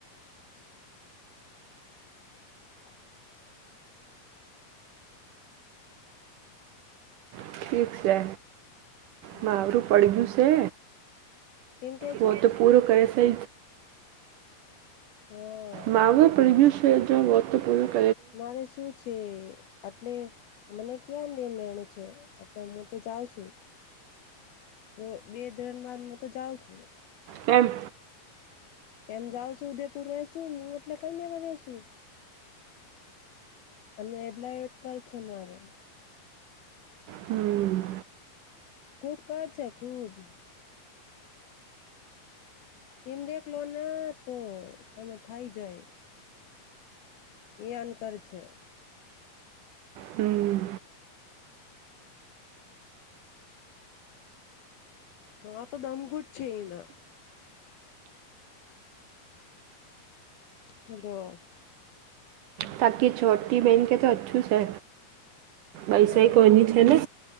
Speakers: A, on the left; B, on the right.
A: <inaudible>
B: ઠીક છે
A: હમ
B: માવરું પડ્યું છે?
A: કેમ કે
B: ઓ
A: છે
B: તો પૂરો કરસે
A: હા
B: માગ પ્રુષ વત પ- -
A: મારે શું છે. એટલે મને ક્યા દેન રહેણું છે એટલે હું તો જાઉ છું. તો બે ધરણ બાદ હું તો જાઉ છું.
B: એમ.
A: એમ જાઉ છું ઉદેપુર રહેશુ હું એટલે કઈ લેવા રેશુ? અને એબ્લાટ કર છે મારો.
B: હમ
A: ખૂબ કર છે ખૂબ. ટિમ દેખલો ના તો તમે થઇ જાય અનકર છે.
B: હમ
A: મા તો દમઘુટ છેઈને હલોલો.
B: તાકી છોટી બહેન કે તો અચ્છું સે. ભૈસઈ
A: હા
B: કોઈની છે ને?